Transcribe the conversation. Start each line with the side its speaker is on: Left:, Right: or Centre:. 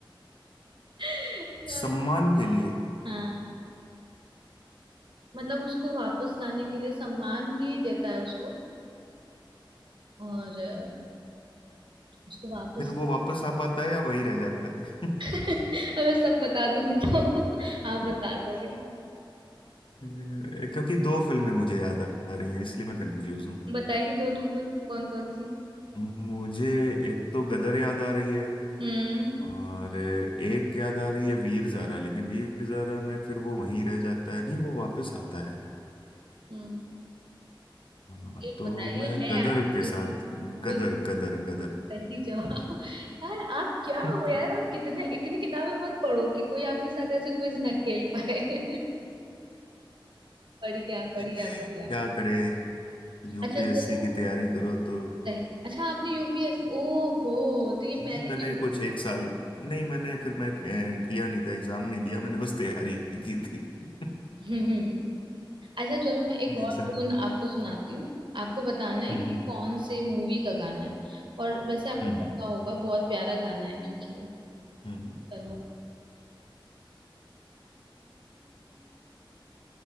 Right: <laughs> यार
Left: सम्मान के लिए
Right: हाँ मतलब उसको वापस लाने के लिए सम्मान भी देता है उसको और अ, उसको वापस
Left: फिर वो वापस आ पाता है या वही रह जाता है
Right: <laughs> अब मैं सब बता दूंगी तो <laughs> आप बता
Left: <laughs>
Right: दोगे
Left: क्योंकि दो फिल्में मुझे याद आ रही हैं इसलिए मैं कंफ्यूज हूँ
Right: बताइए दोनों फिल्म कौन कौन सी
Left: मुझे एक तो गदर याद आ रही है
Right: हम्म
Left: और एक याद आ रही है वीर ज़ारा लेकिन वीर ज़ारा में फिर वो वहीं रह जाता है नहीं वो वापस आता है
Right: हम्म
Left: हाँ
Right: एक
Left: तो
Right: बताइए
Left: मैं
Right: है
Left: गदर
Right: यार
Left: के
Right: ऐसी-
Left: साथ
Right: बिल्कुल
Left: गदर गदर गदर
Right: सही जवाब <laughs> यार आप क्या
Left: <laughs>
Right: हो यार आप कितने इतनी किताबें मत पढ़ो कि कोई आपके साथ ऐसे क्विज ना खेल पाए <laughs> बढ़िया बढ़िया
Left: क्या
Right: बढ़िया
Left: करे यूपीएससी
Right: अच्छा चलो
Left: की तैयारी करो तो
Right: सही अच्छा आपने यूपीएस ओ हो तो ये
Left: जी
Right: पहले
Left: मैंने
Right: क्यों
Left: कुछ
Right: नहीं
Left: एक साल नहीं मैंने फिर मैं अ, किया नहीं था एग्जाम नहीं दिया मैंने बस तैयारी की थी <laughs>
Right: बताया <laughs> अच्छा चलो मैं एक और
Left: एग्जाम
Right: टून आपको सुनाती हूँ आपको बताना है
Left: हम्म
Right: कि कौन से मूवी का गाना है और वैसे आपको
Left: हम्म
Right: पता होगा बहुत प्यारा गाना है क्योंकि ये
Left: हम्म
Right: चलो